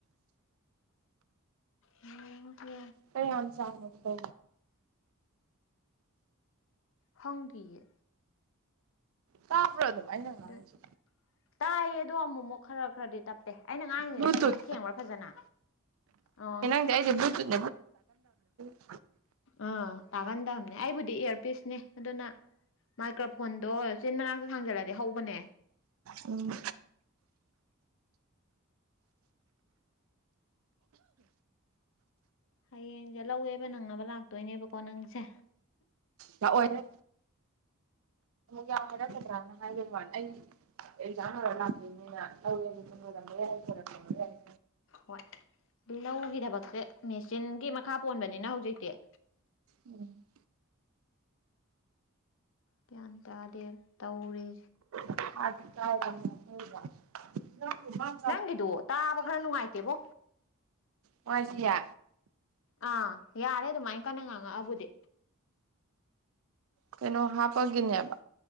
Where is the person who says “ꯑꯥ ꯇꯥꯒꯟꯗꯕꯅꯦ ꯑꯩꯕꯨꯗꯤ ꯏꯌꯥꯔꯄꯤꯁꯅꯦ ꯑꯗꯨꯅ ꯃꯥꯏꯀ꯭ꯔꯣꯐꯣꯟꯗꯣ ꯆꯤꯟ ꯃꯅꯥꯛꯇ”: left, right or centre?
Left